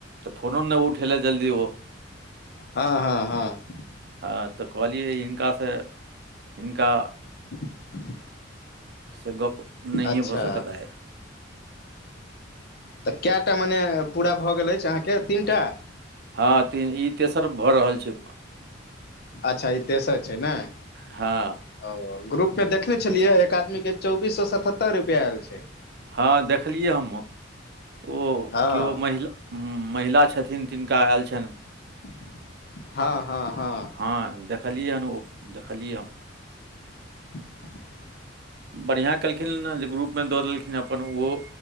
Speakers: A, on the right; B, on the left.
A: तऽ फोनो नहि उठेलनि जल्दी ओ
B: हँ हँ हँ
A: हँ तऽ कहलिए हिनकासँ <inaudible> हिनका
B: <unintelligible>
A: से गप नहि
B: अच्छा
A: भ सकतय आए
B: तऽ कैएटा मने पूरा भऽ गेल अछि अहाँके तीन टा
A: हँ ती ई तेसर भऽ रहल छै
B: अच्छा ई तेसर छै नाए
A: हँ
B: ओ ग्रुप में देखने छलियै एक आदमी के चौबीस सौ सतहत्तर रुपआ आयल छै
A: हँ देखलियै हमहूँ <inaudible> ओ
B: हँ
A: केओ महिला हू महिला छथिन तिनका आयल छनि
B: <inaudible> हँ हँ हँ
A: हँ देखलियै हन ओ देखलियै हम
B: <inaudible>
A: बढ़िआँ केलखिन ने जे ग्रुप मे दऽ देलखिन अपन ओहो